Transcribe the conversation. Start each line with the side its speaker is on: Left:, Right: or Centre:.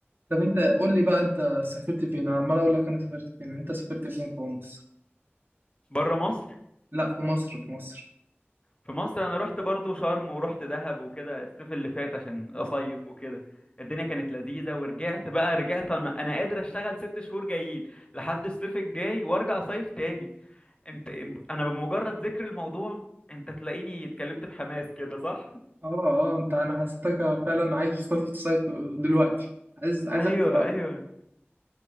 Right: طب أنت قول لي بقى أنت سافرت فين أنا عمال أقول لك أنا سافرت فين أنت سافرت فين في مصر
Left: بره مصر
Right: لا في مصر في مصر
Left: في مصر انا رحت برضو شرم ورحت دهب وكده الصيف اللي فات عشان اصيف وكده الدنيا كانت لذيذة ورجعت بقى رجعت انا انا قادر اشتغل ست شهور جايين لحد الصيف الجاي وارجع صيف تاني انت انا بمجرد ذكر الموضوع انت تلاقيني اتكلمت بحماس كده صح
Right: اه اه انت انا حسيتك فعلا عايز تصيف تصيف دلوقتي عايز عايزك
Left: ايوه
Right: تبقى
Left: ايوه